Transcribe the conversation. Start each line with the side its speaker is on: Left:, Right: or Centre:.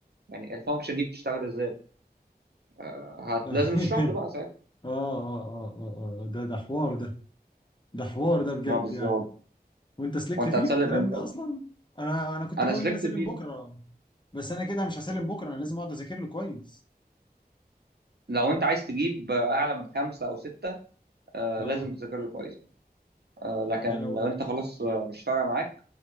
Right: يعني الفانكشن دي بتشتغل ازاي آه هت...
Left: <laughs>
Right: لازم تشرح له بقى
Left: اه
Right: ساعتها
Left: اه اه اه اه ده ده حوار ده ده حوار ده بجد
Right: ما بالظبط
Left: يعني وانت سلكت
Right: وانت
Left: فيه
Right: هتسلم
Left: في الكلام
Right: امتى
Left: ده
Right: اصلا
Left: اصلا انا انا كنت
Right: انا
Left: ناوي
Right: سلكت
Left: ان انا اسلم
Right: فيه
Left: بكره بس انا كده مش هسلم بكره انا لازم اقعد اذاكر له كويس
Right: لو انت عايز تجيب آه، اعلى من خمسه او سته آه
Left: اه
Right: لازم تذاكر له كويس آه لكن
Left: يعني لو
Right: لو انت خلاص آه، مش فارقه معاك